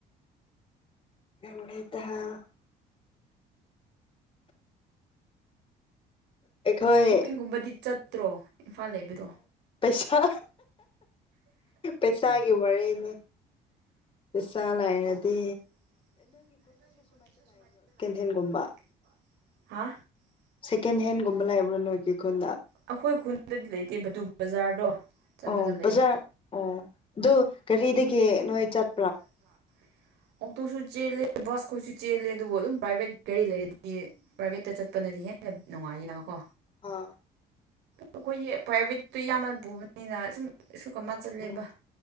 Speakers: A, on the left (about 30°); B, on the right (about 80°).
A: <unintelligible> ꯑꯩꯈꯣꯏ
B: ꯁꯣꯞꯄꯤꯡꯒꯨꯝꯕꯗꯤ ꯆꯠꯇ꯭ꯔꯣ ꯏꯝꯐꯥꯜ ꯂꯩꯕꯗꯣ
A: ꯄꯩꯁꯥ ꯄꯩꯁꯥꯒꯤ ꯋꯥꯔꯤꯅꯦ ꯄꯁꯥꯂꯥꯏꯔꯗꯤ
B: ꯈꯔ ꯂꯩꯔꯗꯤ <unintelligible>
A: ꯍꯦꯟꯒꯨꯝꯕ ꯁꯦꯀꯦꯟ ꯍꯦꯟꯒꯨꯝꯕ ꯂꯩꯕ꯭ꯔꯥ ꯅꯣꯏꯒꯤꯈꯣꯟꯗ
B: ꯑꯩꯈꯣꯏ ꯈꯨꯟꯗꯗꯤ ꯂꯩꯇꯦ ꯑꯗꯨ ꯕꯖꯥꯔꯗꯣ ꯆꯠꯂꯒ
A: ꯑꯣ
B: ꯂꯩꯌꯦ
A: ꯕꯖꯥꯔ ꯑꯣ ꯑꯗꯨ ꯒꯥꯔꯤꯗꯒꯤ ꯅꯣꯏ ꯆꯠ
B: <unintelligible> ꯑꯣꯛꯇꯣꯁꯨ ꯆꯦꯜꯂꯦ ꯕꯁ ꯈꯣꯏꯁꯨ ꯆꯦꯜꯂꯦ ꯑꯗꯨꯕꯨ ꯑꯗꯨꯝ ꯄ꯭ꯔꯥꯏꯚꯦꯠ ꯒꯥꯔꯤ ꯂꯩꯔꯗꯤ ꯄ꯭ꯔꯥꯏꯚꯦꯠꯇ ꯆꯠꯄꯅꯦ ꯍꯥꯏꯗꯤ ꯍꯦꯟꯅ ꯅꯨꯡꯉꯥꯏꯅ ꯀꯣ
A: ꯑꯥ
B: ꯑꯩꯈꯣꯏꯒꯤ ꯄ꯭ꯔꯥꯏꯚꯦꯠꯇꯨ ꯌꯥꯝꯃ ꯄꯨꯕꯅꯤꯅ ꯁꯨꯝ ꯑꯁꯨ ꯀꯃ ꯆꯠꯂꯦꯕ
A: ꯎꯝ